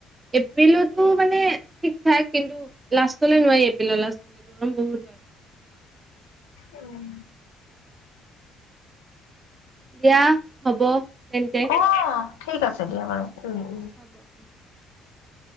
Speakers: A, on the right; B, on the left.
A: এপ্ৰিলতো মানে ঠিক ঠাক কিন্তু লাষ্টলে নোৱাৰি এপ্ৰিলৰ লাষ্টলে গৰম বহুত হয়।
B: উম
A: দিয়া হ'ব তেন্তে
B: অ ঠিক আছে দিয়া বাৰু
A: <unintelligible>
B: উম উম